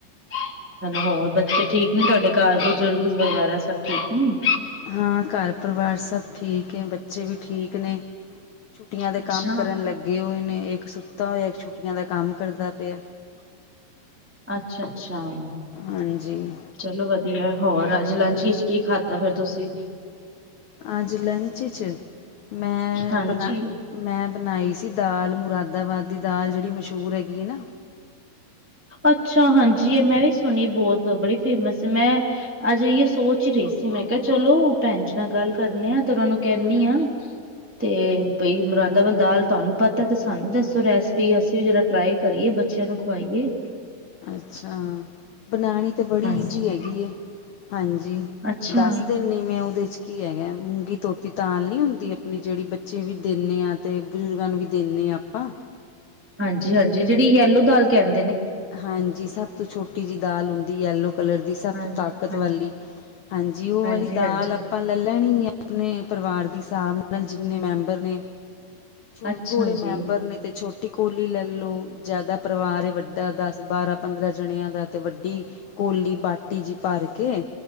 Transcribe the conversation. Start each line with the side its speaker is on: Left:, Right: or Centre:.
Centre: ਚਲੋ ਹੋਰ ਬੱਚੇ ਠੀਕ ਨੇ ਤੁਹਾਡੇ? ਕਾਰ ਬਜ਼ੁਰਗ ਵਗੈਰਾ ਸਭ ਠੀਕ ਨੇ?
Left: ਹਾਂ ਘਰ ਪਰਿਵਾਰ ਸਭ ਠੀਕ ਹੈ ਬੱਚੇ ਵੀ ਠੀਕ ਨੇ ਛੁੱਟੀਆਂ ਦੇ
Centre: ਅੱਛਾ।
Left: ਕੰਮ ਕਰਨ ਲੱਗੇ ਹੋਏ ਨੇ ਇੱਕ ਸੁੱਤਾ ਹੋਇਆ ਇੱਕ ਛੁੱਟੀਆਂ ਦਾ ਕੰਮ ਕਰਦਾ ਤੇ
Centre: ਅੱਛਾ ਅੱਛਾ
Left: ਹਾਂਜੀ
Centre: ਚਲੋ ਵਧੀਆ ਹੋਰ ਅੱਜ ਲੰਚ ਵਿੱਚ ਕੀ ਖਾਧਾ ਫੇਿਰ ਤੁਸੀਂ
Left: ਅੱਜ ਲੰਚ 'ਚ ਮੈਂ
Centre: ਹਾਂਜੀ,
Left: ਬਣਾ ਮੈਂ ਬਣਾਈ ਸੀ ਦੀ ਦਾਲ ਮੁਰਾਦਾਬਾਦ ਦੀ ਦਾਲ ਜਿਹੜੀ ਮਸ਼ਹੂਰ ਹੈਗੀ ਹੈ ਨਾ
Centre: ਅੱਛਾ ਹਾਂਜੀ ਮੈਂ ਵੀ ਸੁਣੀ ਬਹੁਤ ਬੜੀ ਫੇਮਸ ਸੀ ਮੈਂ ਅਜਿਹੀ ਸੋਚ ਹੀ ਰੇਸੀ ਮੈਂ ਕਿਹਾ ਚਲੋ ਭੈਣ ਜੀ ਨਾਲ ਗੱਲ ਕਰਨੀ ਆ ਤੇ ਉਹਨਾਂ ਨੂੰ ਕਹਿਿੰਦੀ ਹ ਤੇ ਬਈ ਮੁਰਾਦਾ ਵੱਲ ਦਾਲ ਤੁਹਾਨੂੰ ਪਤਾ ਤੇ ਸਾਨੂੰ ਦੱਸੋ ਰੈਸਪੀ ਅਸੀਂ ਜਿਹੜਾ ਟਰਾਈ ਕਰੀਏ ਬੱਚਿਆਂ ਨੂੰ ਖਵਾਈਏ
Left: ਅੱਛਾ ਬਣਾਉਣੀ ਤਾਂ ਬੜੀ
Centre: ਹਾਂਜੀ।
Left: ਈਜ਼ੀ ਹੈਗੀ ਹਾਂਜੀ
Centre: ਅੱਛਾ
Left: ਦਸ ਦਿਨ ਨੇ ਮੈਂ ਉਹਦੇ 'ਚ ਕੀ ਹੈਗਾ ਮੂੰਗੀ ਤੋਤੀ ਤਾਲ ਨੀ ਹੁੰਦੀ ਆਪਣੀ ਜਿਹੜੀ ਬੱਚੇ ਵੀ ਦਿੰਦੇ ਆਾਂ ਤੇ ਬਜ਼ੁਰਗਾਂ ਨੂੰ ਵੀ ਦਿੰਦੇ ਨਹੀਂ ਆਪਾਂ
Centre: ਹਾਂਜੀ ਹਾਂਜੀ ਜਿਹੜੀ ਯਲੋ ਦਾਲ ਕਹਿਣ
Left: ਹਾਂਜੀ ਸਭ ਤੋਂ ਛੋਟੀ ਜਿਹੀ ਦਾਲ ਹੁੰਦੀ ਹੈ ਲੋਕ ਕਲਰ ਦੀ ਸਭ
Centre: ਹਾਂ
Left: ਤੋਂ ਤਾਕਤ
Centre: ਹਾਂ
Left: ਵਾਲੀ ਹਾਂਜੀ ਉਹ
Centre: ਹਾਂਜੀ-ਹਾਂਜੀ
Left: ਵਾਲੀ ਦਾਲ ਆਪਾਂ ਲੈ ਲੈਣੀ ਆ ਆਪਣੇ ਪਰਿਵਾਰ ਦੀ ਹਿਸਾਬ ਨਾਲ ਜਿੰਨੇ ਮੈਂਬਰ ਨੇ ਛ
Centre: ਅੱਛਾ
Left: ਥੋੜ੍ਹੇ ਮੈਂਬਰ
Centre: ਜੀ
Left: ਨੇ ਤੇ ਛੋਟੀ ਕੋਲੀ ਲੈ ਲਓ ਜ਼ਿਆਦਾ ਪਰਿਵਾਰ ਏ ਵੱਡੇ ਦਸ ਬਾਰਾਂ ਪੰਦਰਾਂ ਜਣਿਆਂ ਦਾ ਤੇ ਵੱਡੀ ਕੋਲੀ ਬਾਟੀ ਜੀ ਭਰ ਕੇ